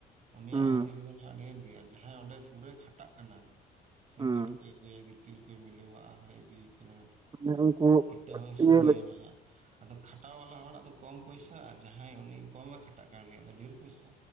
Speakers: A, on the right; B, on the right.
A: ᱩᱱᱤᱭᱟᱜ
B: ᱦᱩᱸ
A: ᱦᱟᱹᱡᱨᱤ ᱫᱚ ᱱᱟᱦᱟᱸᱜ ᱰᱷᱮᱨ ᱜᱮᱭᱟ ᱡᱟᱦᱟᱸᱭ ᱚᱸᱰᱮ ᱯᱩᱨᱟᱹ ᱠᱷᱟᱴᱟᱜ ᱠᱟᱱᱟ᱾ ᱥᱤᱢᱮᱱᱴ
B: ᱦᱩᱸ
A: ᱠᱚᱭ ᱟᱹᱜᱩᱭᱟ ᱜᱤᱛᱤᱞ ᱠᱚᱭ ᱢᱤᱞᱟᱹᱣᱟ ᱟᱨᱦᱚᱸᱭ ᱤᱫᱤᱭᱤᱠᱤᱱᱟ᱾
B: <unintelligible>
A: ᱤᱴᱟᱹ ᱦᱚᱸᱭ
B: ᱤᱭᱟᱹ
A: ᱥᱩᱨ ᱜᱮᱭᱟ
B: ᱞᱮᱠᱟ
A: ᱱᱟᱦᱟᱸᱜ ᱾ ᱟᱫᱚ ᱠᱷᱟᱴᱟᱣ ᱣᱟᱞᱟ ᱦᱚᱲᱟᱜ ᱫᱚ ᱠᱚᱢ ᱯᱚᱭᱥᱟ, ᱟᱨ ᱡᱟᱦᱟᱸᱭ ᱩᱱᱤ ᱠᱚᱢᱮ ᱠᱷᱟᱴᱟᱜ ᱠᱟᱱᱟ ᱩᱱᱤᱭᱟᱜ ᱫᱚ ᱰᱷᱤᱨ ᱯᱩᱭᱥᱟ᱾